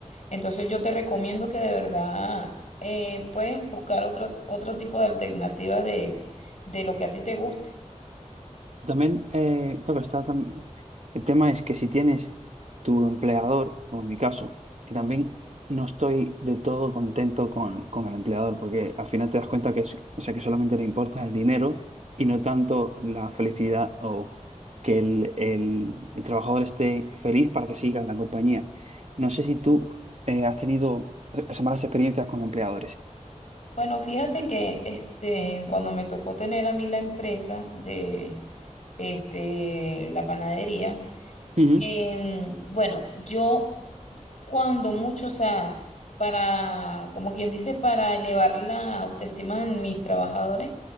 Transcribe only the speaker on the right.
También, eh, claro, está tam- el tema es que si tienes tu empleador, como en mi caso, que también no estoy de todo contento con, con el empleador, porque al final te das cuenta que, es- o sea, que solamente le importa el dinero y no tanto la felicidad o que el, el- el trabajador esté feliz para que siga en la compañía. No sé si tú eh, has tenido esas malas experiencias con empleadores.
Ujú.